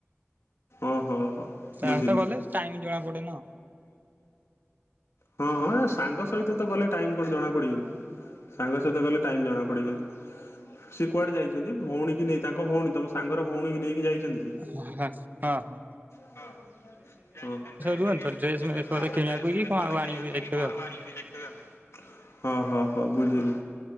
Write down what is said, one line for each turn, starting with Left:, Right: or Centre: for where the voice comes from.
Left: ଓ ହୋ ହୋ
Right: ତା
Left: ବୁଝିଲି।
Right: ସହିତ ଗଲେ ଟାଇମ ଜଣା ପଡେ ନା। ହଁ
Left: ହଁ ହଁ ଏ ସାଙ୍ଗ ସହିତ ତ ଗଲେ ଟାଇମ କଣ ଜଣା ପଡିବ କି। ସାଙ୍ଗସହିତ ଗଲେ ଟାଇମ ଜଣା ପଡିବନି। ସିଏ କୁଆଡେ ଯାଇଛନ୍ତି ଭଉଣୀ କି ନେଇ ତାଙ୍କ ଭଉଣୀ ତମ ସାଙ୍ଗର ଭଉଣୀ କି ନେଇକି ଯାଇଛନ୍ତି ସେ।
Right: ହଁ ହଁ ହଁ।
Left: ହଁ। ଜାଇଛନ୍ତି କଣ ଡ୍ରେସ
Right: ରୁହନ୍ତି
Left: ଘରିକା
Right: ତ
Left: ସେ ଭୁବନେଶ୍ୱର
Right: ଡ୍ରେସ ମେସ୍
Left: ରେ ରୁହେ
Right: ବୋଧେ
Left: ତ
Right: କିଣିବାକୁ
Left: ଡ୍ରେସ ‌
Right: କି
Left: ଫ୍ରେସ
Right: କଣ
Left: ବୋଧେ
Right: ଆଉ
Left: କିଣିବାକୁ
Right: ଆଣିବାକୁ ଯାଇଥିବେ
Left: କି କଣ ଆଉ ଆଣିବାକୁ ଯାଇ ଥିବେ ଆଉ। ହ ହ ହଁ ବୁଝିଲି।